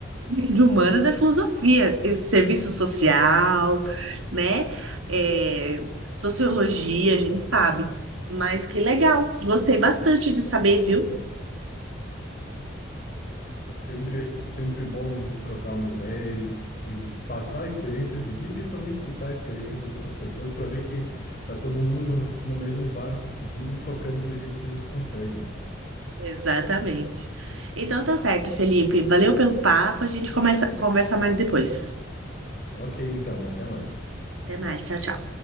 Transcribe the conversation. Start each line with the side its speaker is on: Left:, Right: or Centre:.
Right: De humanas é filosofia, e serviço social, né? Eh, sociologia, a gente sabe. Mas que legal, gostei bastante de saber, viu?
Left: É, é sempre, sempre bom trocar uma ideia e, e passar experiências de vida e também escutar a experiência das outras pessoas para ver que tá todo mundo no, no mesmo barco seguindo e tocando do jeito que a gente consegue, né?
Right: Exatamente. Então tá certo, Felipe. Valeu pelo papo. A gente começa conversa mais depois.
Left: Ok, então, até mais.
Right: Até mais. Tchau, tchau.